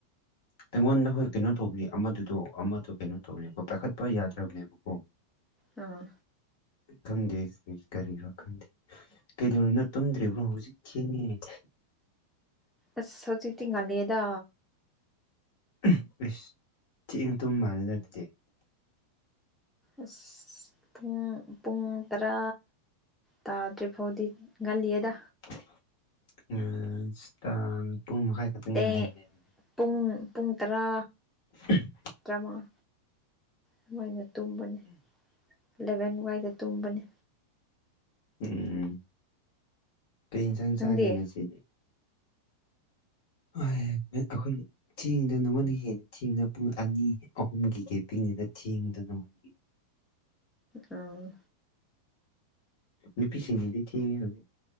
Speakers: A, on the left; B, in the centre.
A: ꯑꯩꯉꯣꯟꯗ ꯍꯣꯏ ꯀꯩꯅꯣ ꯇꯧꯕꯤ ꯑꯃꯗꯨꯗꯣ ꯑꯃꯗꯣ ꯀꯩꯅꯣ ꯇꯧꯔꯦꯕ ꯄꯥꯏꯈꯠꯄ ꯌꯥꯗ꯭ꯔꯕꯅꯦꯕꯀꯣ <unintelligible>
B: ꯑꯥ
A: ꯈꯪꯗꯦ ꯀꯔꯤꯔ ꯈꯪꯗꯦ ꯀꯩꯗꯧꯔꯤꯅꯣ ꯇꯨꯝꯗ꯭ꯔꯤꯕ꯭ꯔꯣ ꯍꯧꯖꯤꯛ ꯊꯦꯡꯉꯦ
B: ꯑꯁ ꯍꯧꯖꯤꯛꯇꯤ ꯉꯥꯟꯂꯤꯌꯦꯗ
A: <unintelligible> ꯑꯁ ꯊꯦꯡꯅ ꯇꯨꯝ ꯃꯥꯟꯂꯦꯗ ꯑꯗꯨꯗꯤ
B: ꯑꯁ ꯄꯨꯡ ꯄꯨꯡ ꯇꯔꯥ ꯇꯥꯗꯔꯤ ꯐꯥꯎꯗꯤ ꯉꯜꯂꯤ ꯑꯦꯗ
A: <unintelligible> ꯢꯁꯇꯥꯝ ꯄꯨꯡ ꯃꯈꯥꯏ ꯈꯛꯇꯪ ꯉꯥꯏꯔꯤꯅꯦ
B: ꯑꯦ
A: ꯑꯗꯨꯗꯤ
B: ꯄꯨꯡ ꯄꯨꯡ ꯇꯔꯥ
A: <unintelligible>
B: ꯇꯔꯥꯃꯉꯥ ꯑꯗꯨꯋꯥꯏꯅ ꯇꯨꯝꯕꯅꯤ ꯑꯦꯂꯚꯦꯟ ꯋꯥꯏꯗ ꯇꯨꯝꯕꯅꯤ
A: ꯎꯝ ꯀꯩ ꯏꯟꯁꯥꯡ ꯆꯥꯒꯦ
B: ꯅꯪꯗꯤ
A: ꯉꯁꯤꯗꯤ ꯑꯥꯏ ꯑꯩꯈꯣꯏ ꯊꯦꯡꯗꯅ ꯅꯉꯣꯟꯗ ꯍꯦꯟꯅ ꯊꯦꯡꯗ ꯄꯨꯡ ꯑꯅꯤ ꯑꯍꯨꯝꯒꯤ ꯀꯦ ꯄꯤꯡꯅꯤꯅ ꯊꯦꯡꯗꯅꯣ <inaudible>
B: ꯑꯥ
A: ꯅꯨꯄꯤꯁꯤꯡꯒꯤꯗꯤ ꯊꯦꯡꯉꯦ ꯍꯧꯖꯤꯛ